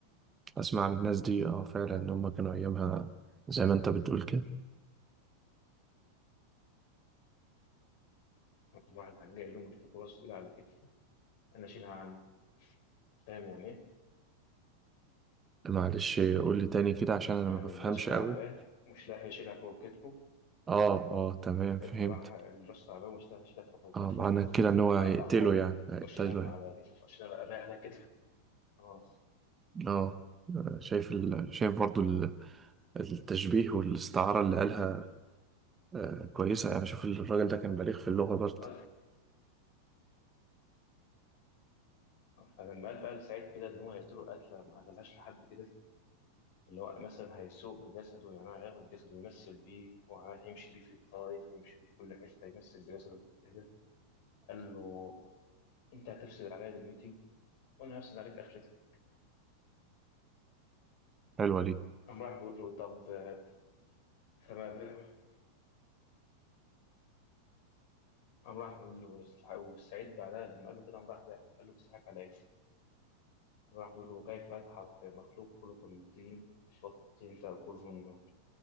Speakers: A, on the right; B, on the left.
A: اسمع من الناس دي اه فعلا ان هم كانوا ايامها زي ما انت بتقول كده
B: واحد حاج قال لهم اللي فيكم راسه تقيل على كتفه أنا أشيلها عنه فاهم يعني إيه؟
A: معلش قول لي تاني كده عشان انا
B: يعني
A: ما بفهمش
B: اللي راسه تعبان
A: قوي
B: مش لاحق يشيلها فوق كتفه
A: اه اه تمام فهمت
B: اللي راح اللي راسه تعبان مش لاحق يشيلها فوق
A: اه
B: كتفه
A: معنى كده ان هو
B: أنا
A: هيقتله
B: أقطعها له
A: يعني هيقتله
B: وأشيلها
A: يعني
B: على كتفه وأشيلها أريح على كتفه أه
A: اه آه، شايف ال... شايف برضو ال- التشبيه والاستعارة اللي قالها آه كويسة يعني شوف الراجل ده كان بليغ في اللغة برضه
B: قال- فلما قال بقى لسعيد كده ان هو هيقتله قتله ما قالهاش لحد كده اللي هو مثلا هيسوق بجسده يعني هياخد جسده يمثل بيه وهيمشي بيه في الطائف ويمشي بيه في كل حتة يمثل بجسده كده قال له أنت هتفسد عليا دنيتي وأنا هفسد عليك آخرتك
A: حلوة دي
B: قام راح بيقول له طب آه، فما بالك قام راح بيقول له والسعيد بعدها لما قال له كده قام راح ضحك قال له بتضحك على إيه؟ قام راح بيقول له وكيف يضحك مخلوق خلق من طين والطين تأكله النار